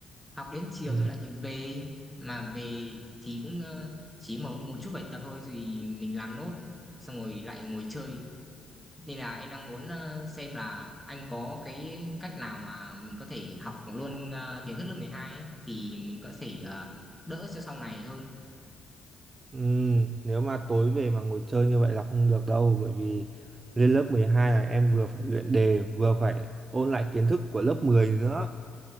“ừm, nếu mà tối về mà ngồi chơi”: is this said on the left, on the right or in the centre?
Right